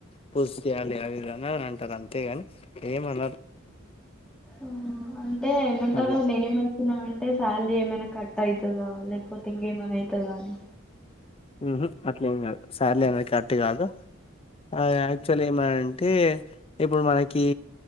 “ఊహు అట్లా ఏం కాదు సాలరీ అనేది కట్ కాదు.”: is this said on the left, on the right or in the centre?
Left